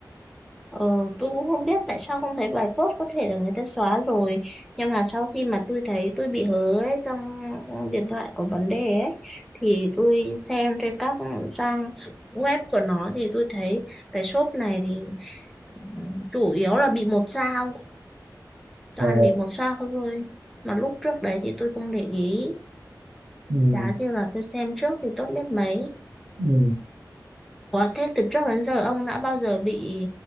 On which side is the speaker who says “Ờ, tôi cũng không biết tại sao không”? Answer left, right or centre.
Centre